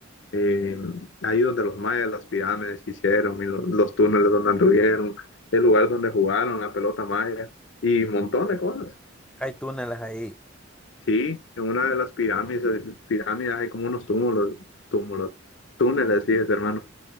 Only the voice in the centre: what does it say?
hay túneles ahí,